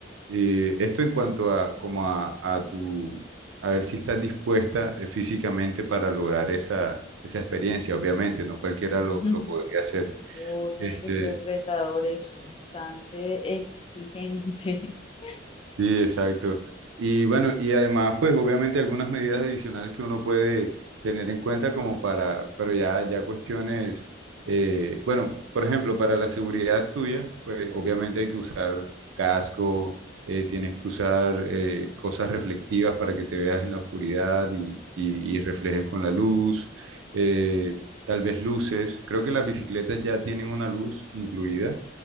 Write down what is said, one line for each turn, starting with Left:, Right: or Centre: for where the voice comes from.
Right: eh, esto en cuanto a, como a, a tu a ver si estás dispuesta eh, físicamente para lograr esa, esa experiencia. Obviamente, no
Left: <laughs>
Right: cualquiera lo,
Left: Ujú.
Right: lo podría hacer.
Left: Oh, tiene
Right: Este,
Left: que ser retador eso, bastante exigente. <laughs>
Right: Sí, exacto. Y bueno, y además, pues obviamente algunas medidas adicionales que uno puede tener en cuenta como para, pero ya, ya cuestiones, eh, bueno, por ejemplo, para la seguridad tuya, pues obviamente hay que usar casco, eh, tienes que usar eh, cosas reflectivas para que te veas en la oscuridad y, y- y reflejes con la luz, eh, tal vez luces. Creo que las bicicletas ya tienen una luz incluida